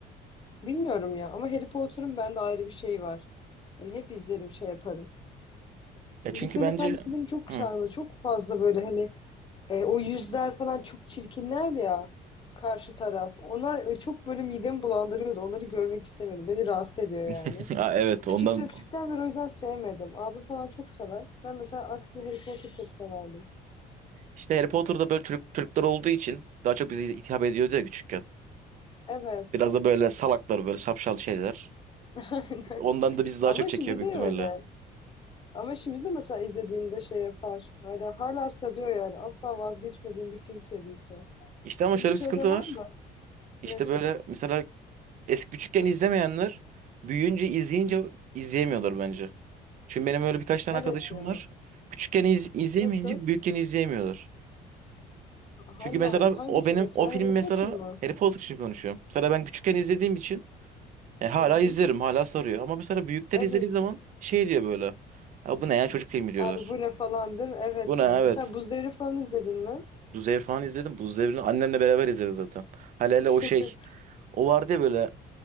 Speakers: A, on the left (about 30°); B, on the right (about 50°).
A: bilmiyorum ya. Ama Harry Potter'ın bende ayrı bir şey var. Hani hep izlerim, şey yaparım.
B: Ya çünkü
A: Yüzüklerin
B: bence
A: Efendisi beni çok
B: Hı.
A: sarmıyor. Çok fazla böyle hani e, o yüzler falan çok çirkinler ya karşı taraf. Onlar e, çok böyle midemi bulandırıyordu. Onları görmek istemiyordum. Beni rahatsız ediyor yani.
B: <laughs> Ha, evet ondan
A: Küçükten küçükten beri o yüzden sevmedim. Abi falan çok sever. Ben mesela aksine Harry Potter çok severdim.
B: İşte Harry Potter'da böyle Türk Türkler olduğu için daha çok bize hitap ediyordu ya küçükken.
A: Evet.
B: Biraz da böyle salaklar böyle şapşal şeyler.
A: <laughs> Aynen.
B: Ondan da bizi daha
A: Ama
B: çok çekiyor
A: şimdi
B: büyük
A: de
B: ihtimalle.
A: öyle. Ama şimdi de mesela izlediğimde şey yapar. Hala, hala sarıyor yani. Asla vazgeçmediğim bir film serisi.
B: İşte ama
A: Senin
B: şöyle
A: hiç
B: bir sıkıntı
A: öyle var
B: var.
A: mı?
B: İşte
A: Nasıl?
B: böyle mesela eski küçükken izlemeyenler büyüyünce izleyince izleyemiyorlar bence. Çünkü benim öyle birkaç tane
A: Evet
B: arkadaşım
A: ya.
B: var. Küçükken iz- izleyemeyince
A: Nasıl?
B: büyükken izleyemiyorlar.
A: Allah
B: Çünkü mesela
A: Allah. Hangi
B: o
A: film
B: benim
A: mesela?
B: o film
A: Harry
B: mesela
A: Potter mı?
B: Harry Potter için konuşuyorum. Mesela ben küçükken izlediğim için e, hala
A: Hı hı.
B: izlerim, hala sarıyor. Ama mesela büyükler
A: Evet.
B: izlediği zaman şey diyor böyle. Ya bu ne ya çocuk filmi diyorlar.
A: Abi bu ne falan değil mi? Evet
B: Bu ne evet.
A: ya. Mesela Buz Devri falan izledin mi?
B: Bu Devri falan izledim. Bu Devri'ni annemle beraber izleriz zaten. Hele hele
A: <laughs>
B: o şey. O vardı ya böyle